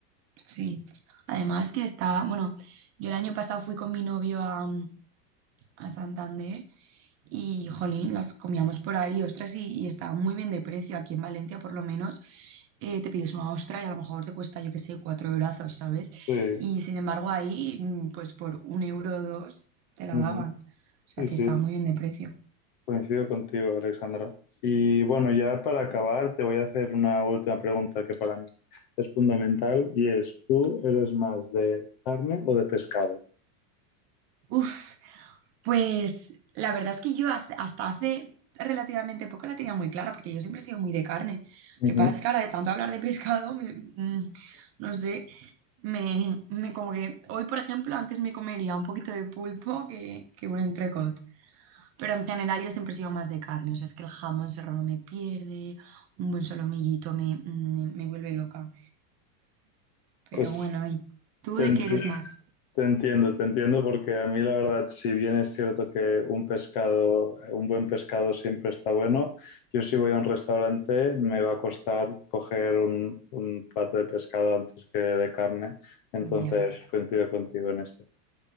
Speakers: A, on the right (about 30°); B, on the left (about 30°).
A: Sí, además que está, bueno, yo el año pasado fui con mi novio a, mm, a Santander Y, jolín, las comíamos por ahí, ostras, y, y estaban muy bien de precio. Aquí en Valencia, por lo menos, eh, te pides una ostra y a lo mejor te cuesta, yo qué sé, cuatro eurazos, ¿sabes?
B: Sí,
A: Y sin embargo, ahí, mm, pues por un euro o dos, te la
B: ujú,
A: daban. O sea,
B: Sí,
A: que
B: sí,
A: estaba muy bien de precio.
B: coincido contigo, Alexandra. Y bueno, ya para acabar, te voy a hacer una última pregunta que para mí es fundamental y es, ¿tú eres más de carne o de pescado?
A: Uf, pues la verdad es que yo hace- hasta hace relativamente poco la tenía muy clara, porque yo siempre he sido muy de carne. Lo
B: Ujú.
A: que pasa es que ahora de tanto hablar de pescado, me- mm, no sé. Me, me como que hoy, por ejemplo, antes me comería un poquito de pulpo que, que un entrecot. Pero en general yo siempre he sido más de carne. O sea, es que el jamón serrano no me pierde, un buen solomillito me, me, me vuelve loca. Pero
B: Pues
A: bueno, ¿y tú
B: te,
A: de qué eres más?
B: Te entiendo, te entiendo, porque a mí la verdad, si bien es cierto que un pescado, eh, un buen pescado siempre está bueno, yo si voy a un restaurante me va a costar coger un, un plato de pescado antes que de carne, entonces
A: Ya,
B: coincido contigo en esto.